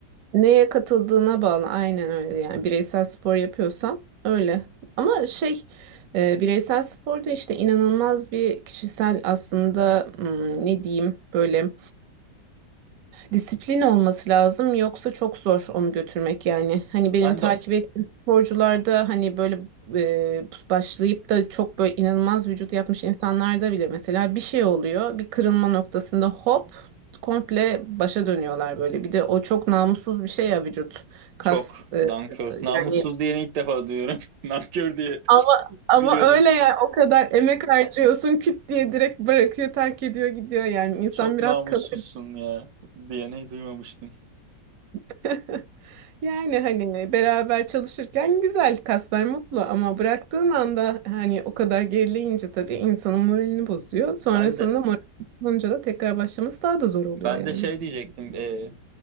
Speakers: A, on the right; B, on the right.
A: neye katıldığına bağlı aynen öyle yani bireysel spor yapıyorsan öyle. Ama şey e, bireysel sporda işte inanılmaz bir kişisel aslında hmm, ne diyeyim böyle Disiplin olması lazım yoksa çok zor onu götürmek yani. Hani benim
B: Ben
A: takip
B: de
A: ettiğim sporcularda hani böyle e, başlayıp da çok böyle inanılmaz vücut yapmış insanlarda bile mesela bir şey oluyor. Bir kırılma noktasında hop komple başa dönüyorlar böyle. Bir de o çok namussuz bir şey ya vücut kas
B: çok
A: e,
B: nankör. Namussuz
A: yani
B: diyeni ilk defa duyuyorum. <laughs> Nankör diye
A: ama
B: biliyordum.
A: ama öyle ya o kadar emek harcıyorsun küt diye direkt bırakıyor terk ediyor gidiyor yani insan
B: Çok
A: biraz
B: namussuzsun
A: kalır.
B: ya diyeni duymamıştım.
A: <laughs> Yani hani beraber çalışırken güzel kaslar mutlu ama bıraktığın anda hani o kadar gerileyince tabii insanın moralini bozuyor. Sonrasında
B: Ben de
A: moral bozulunca da tekrar başlaması daha da zor oluyor
B: ben
A: yani.
B: de şey diyecektim. e,